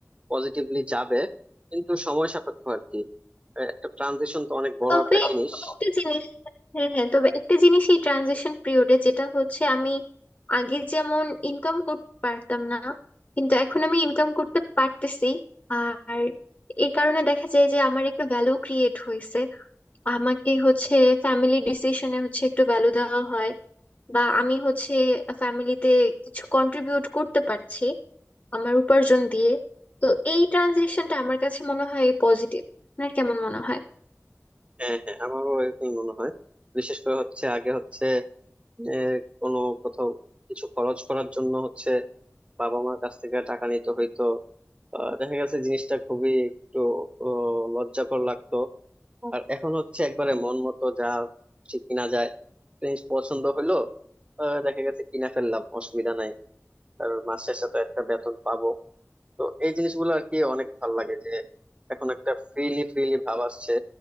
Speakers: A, on the right; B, on the left.
A: পজিটিভলি যাবে কিন্তু সময় সাপেক্ষ আর কি আহ, একটা ট্রানজিশন তো অনেক বড়
B: তবে
A: একটা জিনিস
B: একটা জিনিস হ্যাঁ হ্যাঁ তবে একটা জিনিস এই ট্রানজিশন পিরিয়ডে যেটা হচ্ছে আমি আগে যেমন ইনকাম করতে পারতাম না কিন্তু এখন আমি ইনকাম করতে পারতেছি আর এর কারণে দেখা যায় যে আমার একটা ভ্যালু ক্রিয়েট হয়েছে আমাকে হচ্ছে ফ্যামিলি ডিসিশনে হচ্ছে একটু ভ্যালু দেওয়া হয় বা আমি হচ্ছে ফ্যামিলিতে কিছু কন্ট্রিবিউট করতে পারছি আমার উপার্জন দিয়ে তো এই ট্রানজিশনটা আমার কাছে মনে হয় পজিটিভ আপনার কেমন মনে হয়
A: হ্যাঁ হ্যাঁ আমারও এরকমই মনে হয় বিশেষ করে হচ্ছে আগে হচ্ছে আহ, কোনো কোথাও কিছু খরচ করার জন্য হচ্ছে বাবা মার কাছ থেকে টাকা নিতে হইতো আহ, দেখা গেছে জিনিসটা খুবই একটু আহ, লজ্জাকর লাগতো আর এখন হচ্ছে একবারে মন মতো যা ঠিক কিনা যায় জিনিস পছন্দ হইলো আহ, দেখা গেছে কিনা ফেললাম অসুবিধা নাই আর মাস শেষে তো একটা বেতন পাবো তো এই জিনিসগুলো আর কি অনেক ভালো লাগে যে এখন একটা ফ্রিলি ফ্রিলি ভাব আসছে